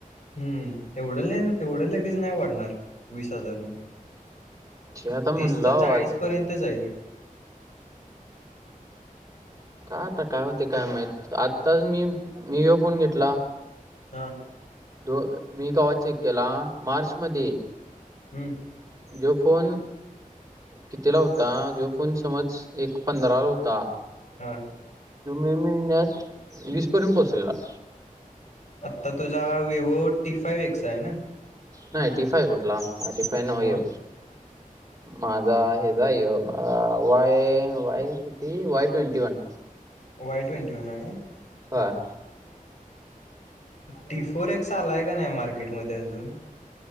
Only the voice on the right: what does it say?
ते आता म्हणला
वा त्याचा
का आता काय होते काय माहित, आताचं मी मीओ फोन घेतला.
दो मी कावा चेक केला मार्च मध्ये
जो फोन कितीला होता जो फोन समज एक पंधराला होता. तु
मे महिन्यात वीस पर्यंत पोचलेला.
नाही टीफाय कुठला? ती फाय नव्ह
ह्यो. माझा हे जा आहे वाय वाय किती Y twenty one
हां.